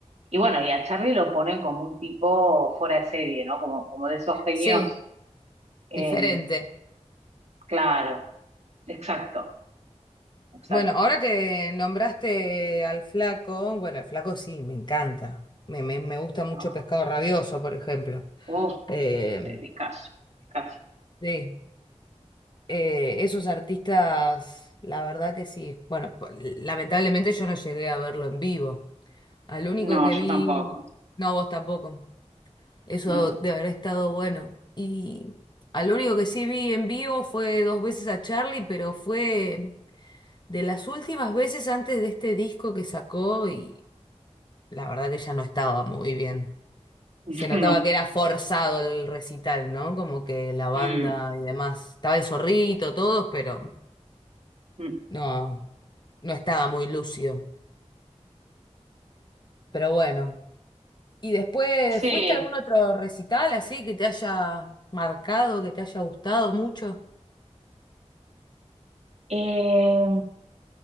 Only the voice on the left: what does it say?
sí,
diferente.
Bueno, ahora que nombraste al flaco, bueno, el flaco sí, me encanta. Me, me, me gusta mucho
Pescado Rabioso, por ejemplo.
Eh,
sí. eh, esos artistas, la verdad que sí. Bueno, p- lamentablemente yo no llegué a verlo en vivo. Al único
que vi,
no, vos tampoco. Eso
de haber estado bueno. Y al único que sí vi en vivo fue dos veces a Charlie, pero fue de las últimas veces antes de este disco que sacó y la verdad que ya no estaba muy bien.
Se notaba
que era forzado el recital, ¿no? Como que la banda
y demás. Estaba el zorrito, todos, pero...
No, no estaba muy lúcido. Pero bueno. ¿Y después
fuiste a algún otro recital así que te haya marcado, que te haya gustado mucho?